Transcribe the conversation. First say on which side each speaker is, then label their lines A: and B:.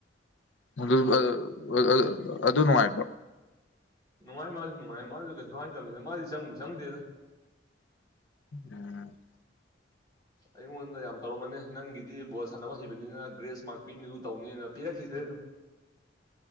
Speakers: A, on the left (about 75°); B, on the left (about 25°).
A: ꯃꯗꯨ <unintelligible> ꯑꯗꯨ ꯅꯨꯡꯉꯥꯏꯕꯔ‌ꯣ
B: ꯅꯨꯡꯉꯥꯏ ꯃꯥꯁꯨ ꯅꯨꯡꯉꯥꯏ ꯃꯥꯁꯨ ꯀꯩꯁꯨ ꯍꯥꯏꯗꯕꯅꯤꯗ ꯃꯥꯗꯤ ꯆꯪꯕꯨ ꯆꯪꯗꯦꯗ
A: ꯑꯣ
B: ꯑꯩꯉꯣꯟꯗ ꯌꯥꯝ ꯇꯧꯔꯝꯃꯅꯦ ꯅꯪꯒꯤꯗꯤ ꯕꯣꯜ ꯁꯥꯟꯅꯕ ꯍꯩꯕꯅꯤꯅ ꯒ꯭ꯔꯦꯁ ꯃꯥꯔꯛ ꯄꯤꯅꯤꯗꯨ ꯇꯧꯅꯤꯅ ꯄꯤꯔꯛꯈꯤꯗꯔ‌ꯦ ꯑꯗꯨꯝ